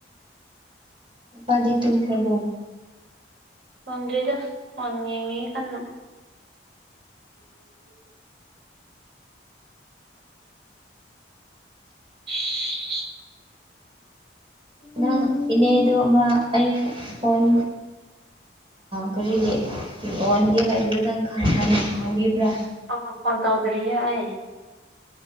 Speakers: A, on the right; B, on the right.
A: ꯄꯥꯗꯦ ꯇꯨꯝ ꯄ꯭ꯔꯚꯨ
B: ꯈꯪꯗꯦꯗ ꯉꯦꯉ ꯀꯅꯥ <unintelligible>
A: ꯅꯪ ꯏꯅꯦꯗ ꯑꯃ ꯑꯩ ꯐꯣꯟ ꯀꯔꯤꯒꯤ ꯑꯣꯟꯒꯦ ꯍꯥꯏꯕꯗꯨꯣ ꯅꯪ ꯈꯪꯕꯤꯕ꯭ꯔꯥ
B: ꯑ ꯄꯣꯟ ꯇꯧ ꯔꯥꯏ